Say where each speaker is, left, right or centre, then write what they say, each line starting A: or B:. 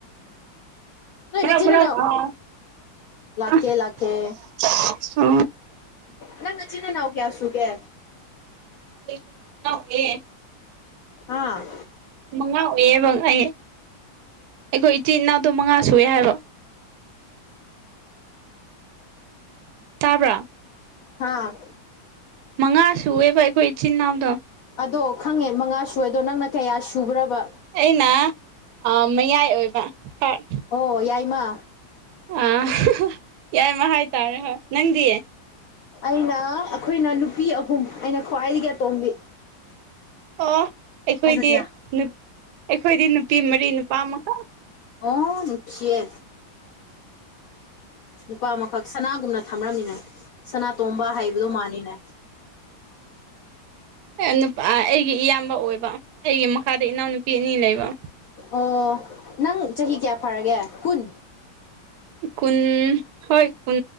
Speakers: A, on the right; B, on the left.
A: ꯐꯨꯅꯧ
B: ꯅꯣꯏ ꯅꯆꯤꯟ ꯅꯅꯥꯎ
A: ꯐꯨꯅꯧ ꯑꯣ
B: ꯂꯥꯛꯀꯦ ꯂꯥꯛꯀꯦ
A: <unintelligible> ꯑꯣ
B: ꯅꯪ ꯅꯆꯤꯟ ꯅꯅꯥꯎ ꯀꯌꯥ ꯁꯨꯒꯦ
A: <unintelligible> ꯌꯥꯎꯋꯦ
B: ꯍꯥ
A: ꯃꯉꯥ ꯑꯣꯏꯌꯦꯕ ꯑꯩ ꯑꯈꯣꯏ ꯏꯆꯤꯟ ꯏꯅꯥꯎꯗꯣ ꯃꯉꯥ ꯁꯨꯢ ꯍꯥꯏꯕ ꯇꯥꯕ꯭ꯔꯥ
B: ꯍꯥꯥ
A: ꯃꯉꯥ ꯁꯨꯑꯦꯕ ꯑꯩꯈꯣꯏ ꯏꯆꯤꯟ ꯏꯅꯥꯎꯗꯣ
B: ꯑꯗꯣ ꯈꯪꯉꯦ ꯃꯉꯥ ꯁꯨꯌꯦꯗꯣ ꯅꯪꯅ ꯀꯌꯥ ꯁꯨꯕ꯭ꯔꯕ
A: ꯑꯩꯅ ꯑꯥ ꯃꯌꯥꯏ ꯑꯣꯏꯕ ꯍꯣꯏ
B: ꯑꯣ ꯌꯥꯏꯃꯥ
A: ꯑꯥ <unintelligible> ꯌꯥꯏꯃꯥ ꯍꯥꯏꯇꯥꯔꯦ ꯍꯣꯏ ꯅꯪꯗꯤ
B: ꯑꯩꯅꯥ ꯑꯩꯈꯣꯏꯅ ꯅꯨꯄꯤ ꯑꯍꯨꯝ ꯑꯩꯅꯥ ꯈ꯭ꯋꯥꯏꯗꯒꯤ ꯑꯇꯣꯝꯕꯤ
A: ꯑꯣ ꯑꯩꯈꯣꯏꯗꯤ
B: ꯐꯖꯗ꯭ꯔꯥ
A: ꯅꯨꯞ ꯑꯩꯈꯣꯏꯗꯤ ꯅꯨꯄꯤ ꯃꯔꯤ ꯅꯨꯄꯥ ꯑꯃꯈꯛ
B: ꯑꯣ ꯅꯨꯡꯁꯤꯌꯦ ꯅꯨꯄꯥ ꯑꯃꯈꯛ ꯁꯅꯥꯒꯨꯝꯅ ꯊꯝꯔꯝꯅꯤꯅꯦ ꯁꯅꯥꯇꯣꯝꯕ ꯍꯥꯏꯕꯗꯣ ꯃꯥꯅꯤꯅꯦ
A: ꯅꯨꯄꯥ ꯑꯩꯒꯤ ꯏꯌꯥꯝꯕ ꯑꯣꯏꯕ ꯑꯩꯒꯤ ꯃꯈꯥꯗ ꯏꯅꯥꯎ ꯅꯨꯄꯤ ꯑꯅꯤ ꯂꯩꯕ
B: ꯑꯣ ꯅꯪ ꯆꯍꯤ ꯀꯌꯥ ꯐꯔꯥꯒꯦ ꯀꯨꯟ
A: ꯀꯨꯟ ꯍꯣꯏ ꯀꯨꯟ